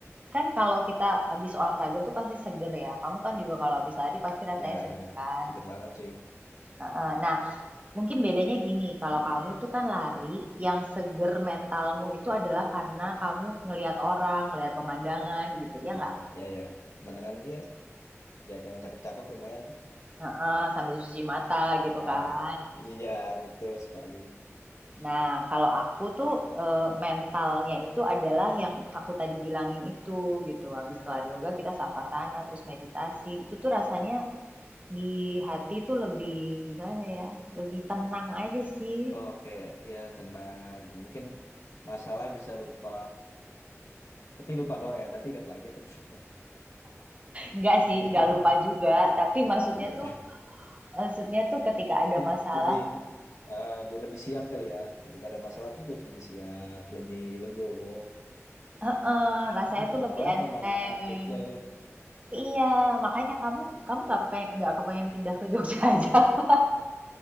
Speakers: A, on the right; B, on the left.
A: kan kalau kita habis olahraga tuh pasti seger ya. Kamu kan juga kalau habis lari pasti rasanya
B: Ya
A: seger
B: benar,
A: kan.
B: seger banget sih.
A: Heeh. Nah, mungkin bedanya gini, kalau kamu tuh kan lari, yang seger mentalmu itu adalah karena kamu ngelihat orang, ngelihat pemandangan gitu,
B: Hmm,
A: ya nggak?
B: ya ya. Pemandangan iya, lihat yang cakep-cakep lumayan.
A: Heeh, sambil cuci mata gitu
B: Ah,
A: kan.
B: iya, betul sekali.
A: Nah, kalau aku tuh, eee, mentalnya itu adalah yang aku tadi bilangin itu gitu, habis kelar yoga kita savasana, terus meditasi, itu tuh rasanya di hati tuh lebih gimana ya, lebih tenang aja sih.
B: Kok kayak ya tenang itu. Mungkin masalah bisa lupa, tapi lupa doang ya. Nanti ingat lagi apa gimana?
A: Enggak sih,
B: <laughs>
A: enggak lupa juga, tapi maksudnya
B: Oh enggak
A: tuh
B: ya.
A: maksudnya tuh ketika ada
B: mungkin
A: masalah
B: lebih eh, dia lebih siap kali ya ketika ada masalah tuh jadi lebih siap lebih legowo
A: heeh, rasanya
B: cocok
A: tuh lebih
B: banget
A: enteng.
B: sama anak Jogja ya
A: Iya,
B: Eh,
A: makanya kamu kamu nggak kepe nggak kepengen pindah ke Jogja aja? <laughs>